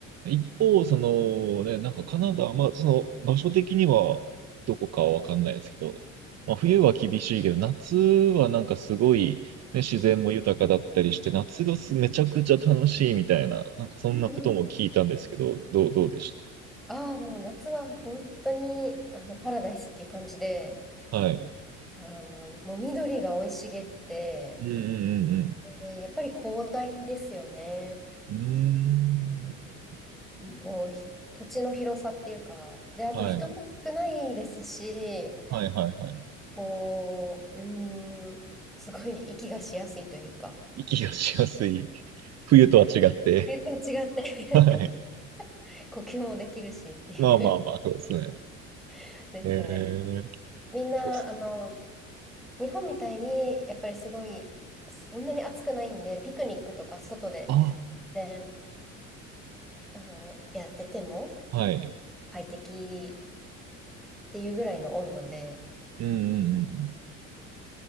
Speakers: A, on the right; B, in the centre.
A: 一方、そのね、なんかカナダ、まあその場所的にはどこかはわかんないですけど、まあ冬は厳しいけど、夏はなんかすごい、ね、自然も豊かだったりして、
B: うん
A: 夏がすめちゃくちゃ楽しいみたいな、なんかそんなことも聞いたんですけど、
B: うん
A: どう、どうでし
B: ああ、もう夏は本当にあのパラダイスっていう感じで、
A: たはい。
B: あの、もう緑が生い茂って、
A: うんう
B: でやっぱり広大ですよね。
A: んうんうん。うーん。
B: もうひ土地の広さっていうか、で、あと人も少ないですし、
A: はい。はいはいはい。
B: こう、うーん、すごい息がしやすいというか、
A: 息がしやすい。冬とは違って。
B: 全然違って
A: はい。
B: <laughs> 呼吸もできるしっていう
A: まあまあまあ、そうですね。
B: <laughs> ですね。
A: えー、
B: みんな、
A: そうっす。
B: あの、日本みたいに、やっぱりすごい、そんなに暑くないんで、ピクニックとか外で、
A: あ、
B: で、あの、やってても
A: はい。
B: 快適っていうぐらいの温度で、
A: うんうんうん。